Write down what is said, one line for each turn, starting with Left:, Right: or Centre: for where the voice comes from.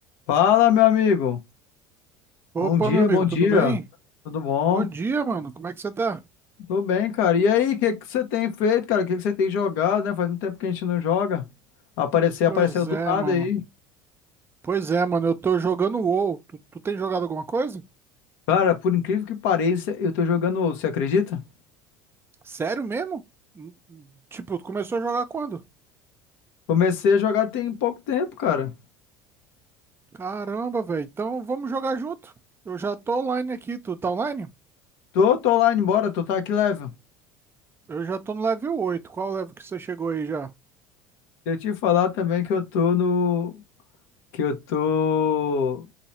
Left: Fala, meu amigo.
Right: Opa,
Left: Bom dia,
Right: meu amigo,
Left: bom
Right: tudo
Left: dia.
Right: bem?
Left: Tudo bom?
Right: Bom dia, mano. Como é que você tá?
Left: Tô bem, cara. E aí, o que que você tem feito, cara? O que que você tem jogado, né? Faz um tempo que a gente não joga. Apareceu,
Right: Pois
Left: apareceu do
Right: é,
Left: nada
Right: mano.
Left: aí.
Right: Pois é, mano. Eu tô jogando WoW. Tu, tu tem jogado alguma coisa?
Left: Cara, por incrível que pareça, eu tô jogando, WoW, você acredita?
Right: Sério mesmo? Hum, hum. Tipo, tu começou a jogar quando?
Left: Comecei a jogar tem pouco tempo, cara.
Right: Caramba, velho. Então vamos jogar junto. Eu já tô online aqui. Tu tá online?
Left: Tô, tô lá embora, tô tá aqui level.
Right: Eu já tô no level 8. Qual level que você chegou aí já?
Left: Deixa eu te falar também que eu tô no que eu tô